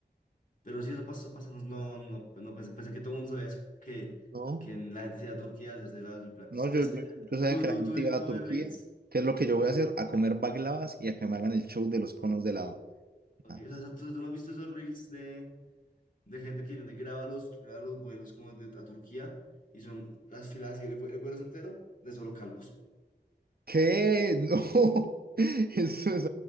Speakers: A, on the left; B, on the right.
A: Pero sí, eso pasa, eso pasa, no, no, no, pues no pensé, pensé que todo el mundo sabía eso, que,
B: No,
A: que la gente se iba a Turquía a hacerse los implantes.
B: no, yo,
A: Entonces,
B: yo, yo sabía
A: tú,
B: que
A: tú,
B: la gente
A: tú,
B: iba
A: tú
B: a Turquía.
A: ves Reels,
B: ¿Qué es lo que yo voy a hacer? A comer baglavas y a que me hagan el show de los conos de helado.
A: ok,
B: Nada más.
A: o sea, tú, tú no has visto esos Reels de de gente que graba los, graba los vuelos como de, a Turquía y son las filas y el, vue- el vuelo es entero de solo calvos.
B: ¿Qué? No. <laughs> Eso es,